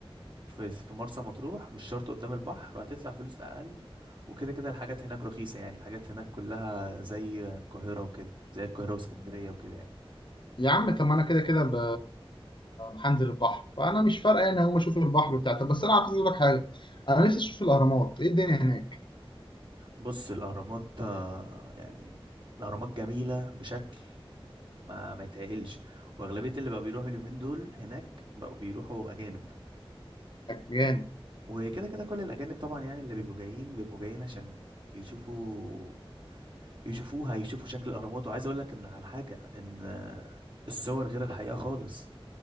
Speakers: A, on the right (about 55°); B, on the left (about 55°).
A: في في مرسى مطروح مش شرط قدام البحر هتدفع فلوس اقل وكده كده الحاجات هناك رخيصة يعني الحاجات هناك كلها زي القاهرة وكده زي القاهرة واسكندرية وكده يعني
B: يا عم طب ما انا كده كده ب... هنزل البحر فانا مش فارقه يعني هقوم اشوف البحر بتاع طب بس انا عايز اقول لك حاجه انا نفسي اشوف الاهرامات ايه الدنيا هناك
A: بص الأهرامات آه، يعني الأهرامات جميلة بشكل ما ما يتعقلش وأغلبية اللي بقى بيروحوا اليومين دول هناك بقوا بيروحوا أجانب
B: جامد
A: وكده كده كل الأجانب طبعا يعني اللي بيبقوا جايين بيبقوا جايين عشان يشوفوا يشوفوها يشوفوا شكل الأهرامات وعايز أقول لك إن على حاجة إن آه، الصور غير الحقيقة خالص